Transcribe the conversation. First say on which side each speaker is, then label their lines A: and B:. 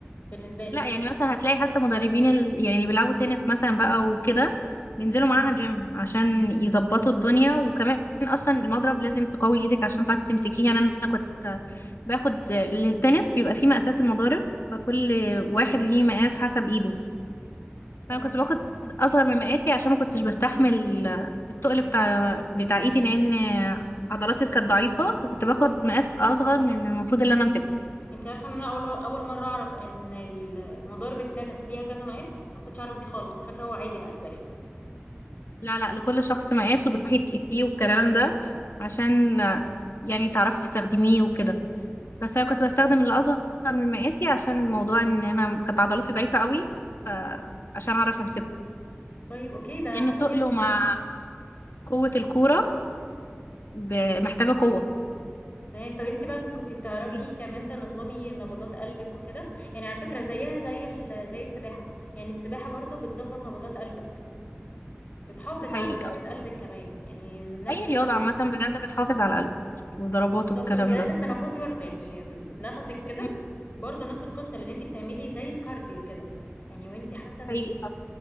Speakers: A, on the left (about 40°); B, on the left (about 65°).
A: بالنسبه لك
B: لا يعني مثلا هتلاقي حتى مدربين ال... يعني اللي بيلعبوا تنس مثلا بقى وكده بينزلوا معاها جيم عشان يظبطوا الدنيا وكمان اصلا المضرب لازم تقوي ايدك عشان تعرفي تمسكيه يعني انا كنت باخد للتنس بيبقى فيه مقاسات المضارب فكل واحد ليه مقاس حسب ايده
A: تمام
B: فانا كنت باخد اصغر من مقاسي عشان ما كنتش بستحمل التقل بتاع بتاع ايدي لان عضلاتي كانت ضعيفة فكنت باخد مقاس اصغر من المفروض اللي انا امسكه
A: انت عارفه ان انا اول اول مره اعرف ان ال- مضارب التنس ليها كذا مقاس انا ما كنتش اعرف دي خالص كنت فاكره هو عادي مقاس واحد
B: لا لا لكل شخص مقاس وبتروحي تقيسيه والكلام ده عشان آه، يعني تعرفي تستخدميه وكده بس انا كنت بستخدم اللي اصغر من مقاسي عشان موضوع ان انا كانت عضلاتي ضعيفة قوي فعشان اعرف امسكه
A: طيب اوكي ده
B: لان
A: حلو
B: تقله
A: جدا
B: مع قوة الكورة ب- محتاجة قوة
A: تمام طب انت بقى كنت بتعرفي
B: تديها.
A: كمان تنظمي نبضات قلبك وكده يعني على فكرة زيها زي ال... زي السباحة يعني السباحة برضو بتظبط نبضات قلبك بتحافظ
B: ده حقيقي
A: على صحة
B: اه
A: قلبك كمان يعني نفس
B: اي رياضة
A: اللي
B: عامة
A: حصل
B: بجد بتحافظ على القلب وضربات
A: بالظبط
B: والكلام
A: والجهاز
B: ده
A: التنفسي برضو يعني نفسك كده
B: مم.
A: برضو نفس القصة لان انت بتعملي زي الكارديو كده يعني وانت حتى بت...
B: حقيقي صح